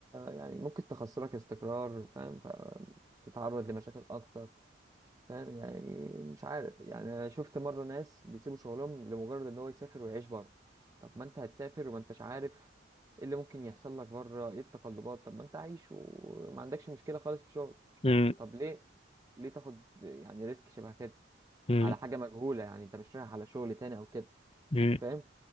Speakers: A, on the right; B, on the left.
A: يعني ممكن تخسرك استقرار فاهم فتتعرض لمشاكل اكتر فاهم يعني مش عارف يعني أنا شفت مرة ناس بيسيبوا شغلهم لمجرد ان هو يسافر ويعيش بره طب ما انت هتسافر وما انتش عارف ايه اللي ممكن يحصل لك بره ايه التقلبات طب ما انت عايش وما عندكش مشكلة خالص في شغل
B: مم،
A: طب ليه ليه تاخد يعني ريسك شبه كده
B: مم،
A: على حاجة مجهولة يعني انت مش رايح على شغل تاني او كده
B: مم.
A: فاهم